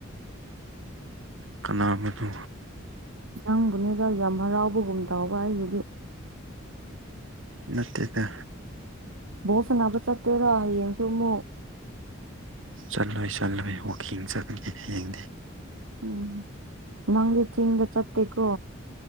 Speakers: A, on the right (about 70°); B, on the right (about 80°).
A: ꯀꯅꯥꯕꯨꯅꯣ
B: ꯅꯪꯕꯨꯅꯤꯗ ꯌꯥꯝ ꯍꯔꯥꯎꯕꯒꯨꯝ ꯇꯧꯕ ꯑꯩꯒꯤꯗꯤ
A: ꯅꯠꯇꯦꯗꯥ
B: ꯕꯣꯜ ꯁꯥꯟꯅꯕ ꯆꯠꯇꯣꯏꯔꯣ ꯍꯌꯦꯡꯁꯨ ꯃꯨꯛ
A: ꯆꯠꯂꯣꯏ ꯆꯠꯂꯣꯏ ꯋꯥꯛꯀꯤꯡ ꯆꯠꯂꯅꯤ ꯍꯌꯦꯡꯗꯤ
B: ꯎꯝ ꯅꯪꯗꯤ ꯆꯤꯡꯗꯥ ꯆꯠꯇꯦꯀꯣ